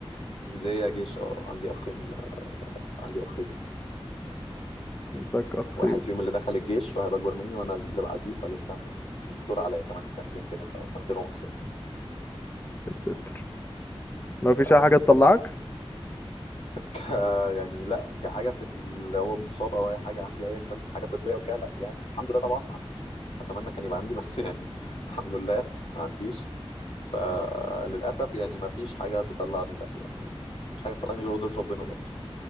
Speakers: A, on the left (about 80°); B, on the left (about 20°).
A: ليا جيش اه عندي اخين عندي اخين
B: لك اخي
A: واحد
B: يا
A: فيهم اللي دخل الجيش واحد اكبر مني وانا اللي بعديه فلسه انا الدور عليا كمان سنتين كده او سنتين ونص يعني
B: ستي. ما
A: يا
B: فيش اي حاجه
A: حفظ.
B: تطلعك
A: <laughs> ك... يعني لا كحاجه في اللي هو مصاب او اي حاجه عندي ايا كانت حاجه طبيه وكده لا يعني الحمد لله طبعا ما عنديش اتمنى كان يبقى عندي بس يعني <laughs> الحمد لله ما عنديش آه، للاسف يعني ما فيش حاجه تطلعني لا يعني مش حاجه تطلعني غير قدره ربنا بقى